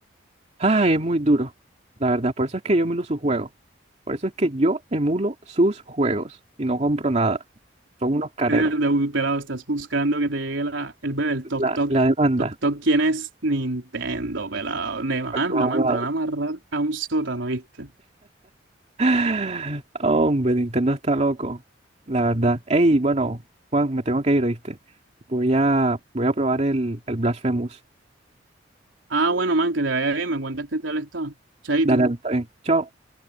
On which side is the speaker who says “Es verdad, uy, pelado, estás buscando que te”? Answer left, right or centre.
Right